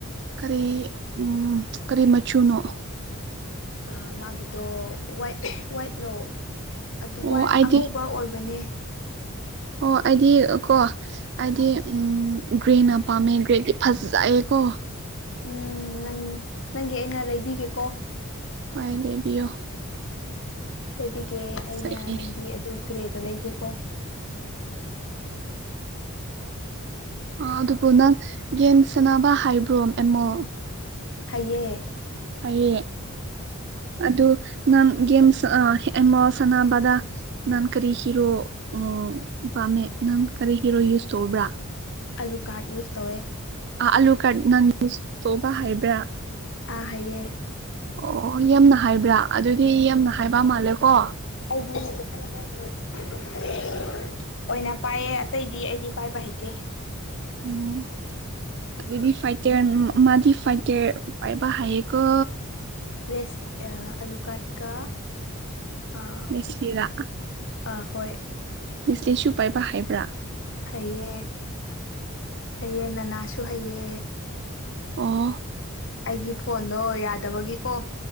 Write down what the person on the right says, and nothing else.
ꯀꯔꯤ ꯎꯝ ꯀꯔꯤ ꯃꯆꯨꯅꯣ
ꯑꯣ
ꯑꯩꯗꯤ
ꯑꯣ ꯑꯩꯗꯤ ꯑꯀꯣ ꯑꯩꯗꯤ ꯎꯝ ꯒ꯭ꯔꯦꯅ ꯄꯥꯝꯃꯦ ꯒ꯭ꯔꯦꯗꯤ ꯐꯖꯩꯀꯣ
ꯍꯣꯏ ꯂꯩꯕꯤꯌꯣ
ꯆꯠꯂꯦ
ꯑ ꯑꯗꯨꯕꯨ ꯅꯪ ꯌꯦꯝ ꯁꯥꯅꯕ ꯍꯥꯏꯕ꯭ꯔꯣ ꯑꯦꯃꯣ
ꯍꯩꯌꯦ ꯑꯗꯨ ꯅꯪ ꯒꯦꯝꯁ ꯑ ꯃꯣꯝ ꯑꯦꯜ ꯁꯥꯟꯅꯕꯗ ꯅꯪ ꯀꯔꯤ ꯍꯤꯔꯣ ꯑ ꯄꯥꯝꯃꯤ ꯅꯪ ꯀꯔꯤ ꯍꯤꯔꯣ ꯌꯨꯁ ꯇꯧꯕ꯭ꯔꯥ
ꯑꯥ ꯑꯥꯂꯨꯀꯔꯠ ꯅꯪ ꯌꯨꯁ ꯇꯧꯕ ꯍꯩꯕ꯭ꯔꯥ
ꯑꯣ ꯌꯥꯝꯅ ꯍꯥꯏꯕ꯭ꯔꯥ ꯑꯗꯨꯗꯤ ꯌꯥꯝꯅ ꯍꯥꯏꯕ ꯃꯥꯜꯂꯦ ꯀꯣ
ꯑꯣ ꯑꯗꯨꯗꯤ ꯐꯥꯏꯇꯔ ꯃꯥꯗꯤ ꯐꯥꯏꯇꯔ ꯄꯥꯏꯕ ꯍꯩꯌꯦꯀꯣ
ꯂꯦꯁꯂꯤꯔꯥ
ꯂꯦꯁꯂꯤꯁꯨ ꯄꯥꯏꯕ ꯍꯩꯕ꯭ꯔꯥ
ꯑꯣ